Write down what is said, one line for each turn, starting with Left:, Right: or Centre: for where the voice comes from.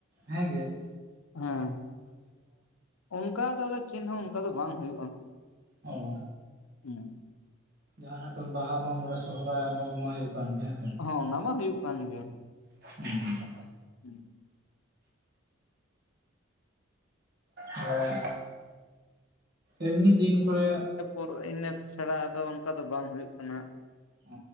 Right: ᱦᱮᱸᱜᱮ ᱾
Left: ᱦᱮᱸ, ᱚᱱᱠᱟ ᱫᱚ ᱟᱫᱚ ᱪᱮᱫ ᱦᱚᱸ ᱚᱱᱠᱟ ᱫᱚ ᱵᱟᱝ ᱦᱩᱭᱩᱜᱼᱟ ᱾
Right: ᱚ ᱾
Left: ᱦᱩᱸ ᱾
Right: ᱡᱟᱦᱟᱸᱱᱟᱜ ᱠᱚ ᱵᱟᱦᱟ ᱢᱟᱜ ᱢᱚᱬᱮ ᱥᱚᱦᱚᱨᱟᱭ ᱚᱱᱟ ᱢᱟ ᱦᱩᱭᱩᱜ ᱠᱟᱱ ᱜᱮ ᱾ ᱦᱮᱸᱥᱮ?
Left: ᱦᱚᱸ ᱚᱱᱟ ᱢᱟ ᱦᱩᱭᱩᱜ ᱠᱟᱱ ᱜᱮ ᱾
Right: ᱦᱩᱸ ᱾
Left: ᱦᱩᱸ ᱾
Right: ᱦᱮᱸ, ᱮᱢᱱᱤ ᱫᱤᱱ ᱠᱚᱨᱮ
Left: ᱚᱨ ᱤᱱᱟᱹ ᱠᱚ ᱪᱷᱟᱲᱟ ᱫᱚ ᱚᱱᱠᱟ ᱫᱚ ᱵᱟᱝ ᱦᱩᱭᱩᱜ ᱠᱟᱱᱟ ᱾
Right: ᱚ